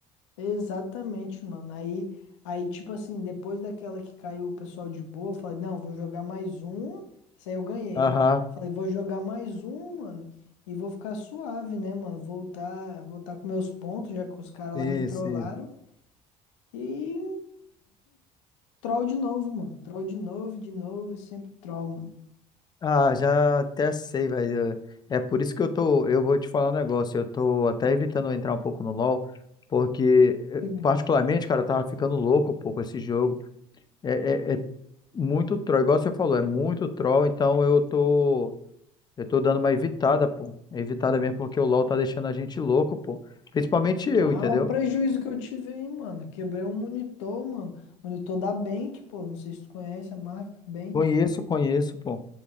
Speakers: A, on the left; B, on the left.
A: Exatamente, mano. Aí, aí, tipo assim, depois daquela que caiu o pessoal de boa, eu falei, não, vou jogar mais um. Essa aí eu ganhei,
B: Aham.
A: né? Falei, vou jogar mais um, mano, e vou ficar suave, né, mano? Voltar, voltar com meus pontos, já que os caras
B: Sim,
A: lá me trollaram.
B: sim.
A: E troll de novo, mano. Troll de novo, de novo, e sempre troll, mano.
B: Ah, já até sei, velho. É por isso que eu tô. Eu vou te falar um negócio. Eu tô até evitando entrar um pouco no LoL, porque, eh,
A: Sim.
B: particularmente, cara, eu tava ficando louco um pouco esse jogo. É, é, é muito troll, igual você falou, é muito troll, então eu tô. Eu tô dando uma evitada, pô. Evitada mesmo porque o LoL tá deixando a gente louco, pô. Principalmente eu,
A: Tá,
B: entendeu?
A: o prejuízo que eu tive aí, mano. Quebrei um monitor, mano. Monitor da Bank, pô. Não sei se tu conhece a marca Bank.
B: Conheço, conheço, pô.